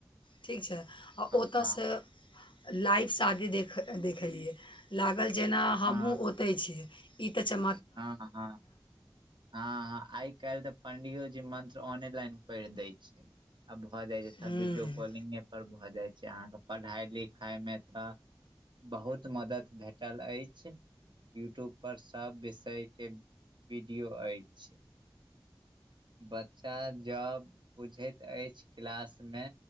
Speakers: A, on the left; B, on the right.
A: ठीक छै आ ओतऽ
B: हँ
A: से लाइव शादी देख देखेलियै लागल जेना हमहुँ
B: हँ
A: ओ तै छी ई तऽ चम
B: हँ हँ हँ हॅं आइ काइल तऽ पंडियोजी मंत्र ऑने लाइन पढ़ि दै छै आ भऽ जाइ छै सब
A: हूँ
B: वीडियो कॉलिंगे पर भऽ जाइ छै अहाँकेँ पढ़ाई लिखाई मे तऽ बहुत मदद भेटल अछि यूट्यूब पर सब विषय केँ वीडियो अछि बच्चा जब बुझैत अछि क्लास मे